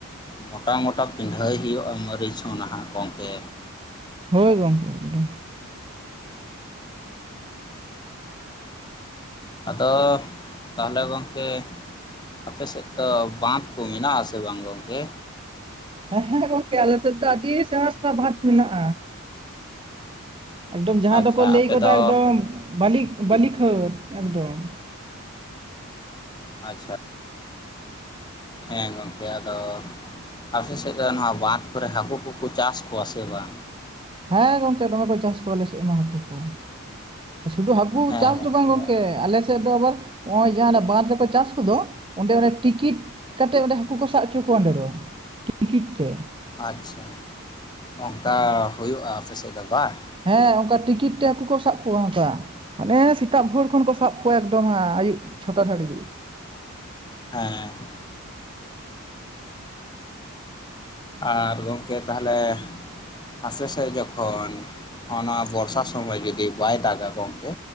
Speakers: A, on the left; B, on the right.
A: ᱢᱚᱴᱟ ᱢᱚᱴᱟ ᱯᱤᱸᱰᱷᱟᱹᱭ ᱦᱩᱭᱩᱜᱼᱟ ᱢᱟᱹᱨᱤᱪ ᱦᱚᱸ ᱱᱟᱦᱟᱜ ᱜᱚᱝᱠᱮ᱾
B: ᱦᱳᱭ ᱜᱚᱝᱠᱮ ᱮᱠᱫᱚᱢ
A: ᱛᱚ ᱛᱟᱦᱚᱞᱮ ᱜᱚᱝᱠᱮ ᱟᱯᱮ ᱥᱮᱜ ᱫᱚ ᱵᱟᱸᱫᱽ ᱠᱚ ᱢᱮᱱᱟᱜ ᱟᱥᱮ ᱵᱟᱝ ᱜᱚᱝᱠᱮ?
B: ᱦᱮᱸ ᱦᱮᱸ ᱜᱚᱝᱠᱮ ᱟᱞᱮᱥᱮᱫ ᱫᱚ ᱟᱹᱰᱤ ᱥᱮᱬᱟ ᱥᱮᱬᱟ ᱵᱟᱸᱫᱽ ᱢᱮᱱᱟᱜᱼᱟ ᱾ ᱮᱠᱰᱚᱢ ᱡᱟᱦᱟᱸ
A: ᱟᱪᱪᱷᱟ
B: ᱫᱚᱠᱚ ᱞᱟᱹᱭ
A: ᱟᱯᱮ
B: ᱜᱚᱫᱟ
A: ᱫᱚ
B: ᱮᱠᱰᱚᱢ ᱵᱟᱹᱞᱤ, ᱵᱟᱹᱞᱤ ᱠᱷᱟᱹᱲ ᱮᱠᱰᱚᱢ
A: ᱟᱪᱪᱷᱟ ᱦᱮᱸ ᱜᱚᱝᱠᱮ ᱟᱫᱚ? ᱟᱯᱮ ᱥᱮᱜ ᱫᱚ ᱮᱱᱦᱚᱸ ᱵᱟᱸᱫᱷ ᱠᱚᱨᱮ ᱦᱟᱹᱠᱩ ᱠᱚᱠᱚ ᱪᱟᱥ ᱠᱚᱣᱟ ᱥᱮ ᱵᱟᱝ?
B: ᱦᱮᱸ ᱜᱚᱝᱠᱮ ᱫᱚᱢᱮ ᱠᱚ ᱪᱟᱥ ᱠᱚᱣᱟ ᱟᱞᱮ ᱥᱮᱜ ᱢᱟ ᱦᱟᱹᱠᱩ ᱠᱚ ᱥᱩᱫᱷᱩ ᱦᱟᱠ <unintelligible>
A: ᱦᱮᱸ
B: <unintelligible> ᱪᱟᱥ
A: ᱜᱚᱢᱠᱮ
B: ᱫᱚ ᱵᱟᱝ ᱜᱚᱝᱠᱮ ᱟᱞᱮ ᱥᱮᱫ ᱫᱚ ᱟᱵᱟᱨ, ᱱᱚᱜᱼᱚᱭ ᱡᱟᱦᱟᱸ ᱨᱮ ᱵᱟᱸᱫᱽ ᱨᱮᱠᱚ ᱪᱟᱥ ᱠᱚᱫᱚ ᱚᱸᱰᱮ ᱚᱱᱮ ᱴᱤᱠᱤᱴ, ᱠᱟᱛᱮ ᱚᱸᱰᱮ ᱦᱟᱹᱠᱩ ᱠᱚ ᱥᱟᱵ ᱚᱪᱚ ᱠᱚᱣᱟ ᱚᱸᱰᱮ ᱫᱚ <inaudible> ᱛᱮ
A: ᱟᱪᱪᱷᱟ ᱚᱱᱠᱟ ᱦᱩᱭᱩᱜᱼᱟ ᱟᱯᱮ ᱥᱮᱜ ᱫᱚ ᱵᱟᱝ?
B: ᱦᱮᱸ ᱚᱱᱠᱟ ᱴᱤᱠᱤᱴ ᱴᱮ ᱦᱟᱹᱠᱩ ᱠᱚ ᱥᱟᱵ ᱠᱚᱣᱟ ᱚᱱᱠᱟ᱾ ᱦᱟᱸᱱᱮᱻ ᱥᱮᱛᱟᱜ ᱵᱷᱳᱨ ᱠᱷᱚᱱ ᱠᱚ ᱥᱟᱵ ᱠᱚᱣᱟ ᱮᱠᱰᱚᱢ ᱦᱟᱜ ᱟᱹᱭᱵ ᱪᱷᱚᱴᱟ ᱫᱷᱟᱹᱲᱤᱡ ᱾
A: ᱦᱮᱸ <unintelligible> ᱟᱨ ᱜᱚᱝᱠᱮ ᱛᱟᱦᱚᱞᱮ ᱟᱯᱮ ᱥᱮᱡ ᱡᱚᱠᱷᱳᱱ? ᱚᱱᱟ ᱵᱚᱨᱥᱟ ᱥᱚᱢᱚᱭ ᱡᱩᱫᱤ ᱵᱟᱭ ᱫᱟᱜᱟ ᱜᱚᱝᱠᱮ